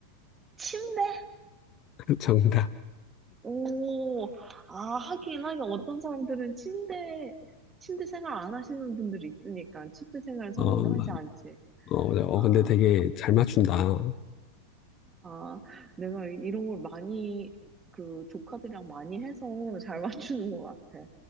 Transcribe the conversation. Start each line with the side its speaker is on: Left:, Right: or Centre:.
Right: 침대?
Left: <laughs> 정답.
Right: 오, 아, 하긴, 하긴, 어떤 사람들은 침대, 침대 생활 안 하시는 분들이 있으니까, 침대 생활 선호를
Left: 어,
Right: 하지
Left: 막,
Right: 않지.
Left: 어, 맞아. 어,
Right: 아,
Left: 근데 되게 잘 맞춘다.
Right: 음. 아, 내가 이런 걸 많이, 그, 조카들이랑 많이 해서 잘 맞추는 것 같아.